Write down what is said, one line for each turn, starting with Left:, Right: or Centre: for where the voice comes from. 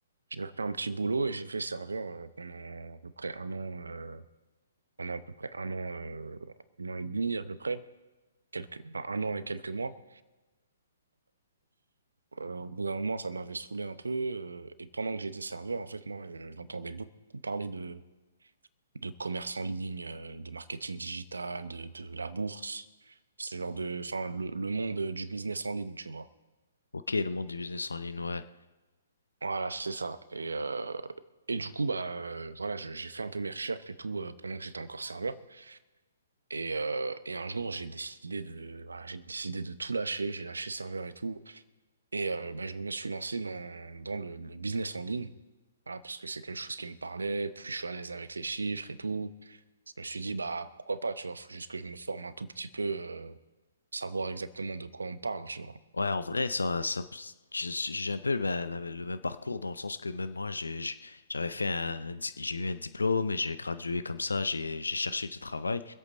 Right: j'ai fait un petit boulot et j'ai fait serveur euh, pendant à peu près un an, euh, pendant à peu près un an, euh, un an et demi à peu près, quelques, enfin, un an et quelques mois. Euh, au bout d'un moment, ça m'avait saoulé un peu. euh, et pendant que j'étais serveur, en fait, moi, je- j'entendais beaucoup parler de de commerce en ligne, euh, de marketing digital, de, de la bourse, ce genre de, enfin, le, le monde euh, du business en ligne, tu vois.
Left: Ok, le monde du business en ligne, ouais.
Right: Voilà, c'est ça. Et, euh, et du coup, bah, euh, voilà, je- j'ai fait un peu mes recherches et tout euh, pendant que j'étais encore serveur. Et, euh, et un jour, j'ai décidé de, voilà, j'ai décidé de tout lâcher. J'ai lâché serveur et tout. Et euh, bah, je me suis lancé dans, dans le, le business en ligne, voilà, parce que c'est quelque chose qui me parlait, puis je suis à l'aise avec les chiffres et tout. Je me suis dit, bah pourquoi pas, tu vois, faut juste que je me forme un tout petit peu, euh, savoir exactement de quoi on parle, tu vois.
Left: Ouais, en vrai, ça, ça- j'ai j'ai un peu la- la- le même parcours dans le sens que même moi, j'ai, j'ai- j'avais fait un, un di- j'ai eu un diplôme et j'ai gradué comme ça, j'ai, j'ai cherché du travail